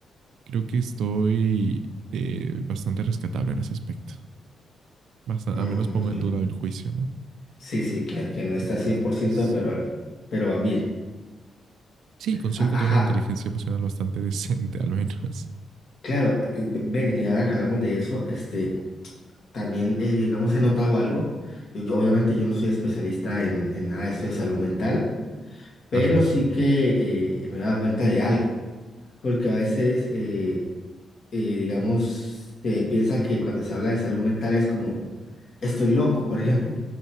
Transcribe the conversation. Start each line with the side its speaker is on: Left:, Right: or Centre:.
Right: creo que estoy eh, bastante rescatable en ese aspecto. bastante,
Left: mm,
Right: al menos pongo
Left: ok.
Right: en duda el juicio, ¿no?
Left: Sí, sí, que, que no está
Right: Entonces,
Left: 100%, pero algo, pero va bien.
Right: sí, considero
Left: A-
Right: que tengo
Left: Ajá,
Right: una inteligencia emocional bastante <laughs> decente, al menos.
Left: claro, eh, ve- ven, y ahora que hablamos de eso, este, también, eh, digamos, he notado algo. Yo- yo- obviamente yo no soy especialista en, en nada de esto de salud mental, pero
Right: Ajá.
Left: sí que eh, me he dado cuenta de algo, porque a veces, eh, eh, digamos, se piensa que cuando se habla de salud mental es como, estoy loco, por ejemplo,